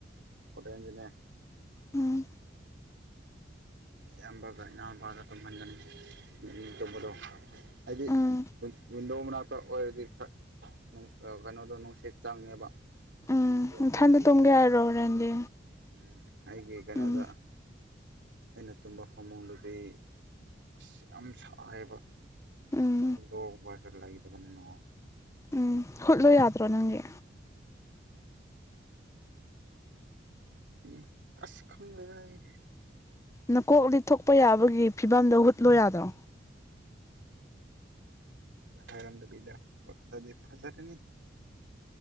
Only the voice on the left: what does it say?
ꯎꯝ
ꯎꯝ
ꯎꯝ
ꯅꯊꯟꯗ
ꯇꯨꯝꯒꯦ
ꯍꯥꯏꯔꯣ ꯍꯣꯔꯦꯟꯗꯤ
ꯎꯝ
ꯎꯝ
ꯎꯝ ꯍꯨꯠꯂꯣ ꯌꯥꯗ꯭ꯔꯣ ꯅꯪꯒꯤ
ꯅꯀꯣꯛ ꯂꯤꯛꯊꯣꯛꯄ ꯌꯥꯕꯒꯤ ꯐꯤꯕꯝꯗ ꯍꯨꯠꯂꯣ ꯌꯥꯗ꯭ꯔꯣ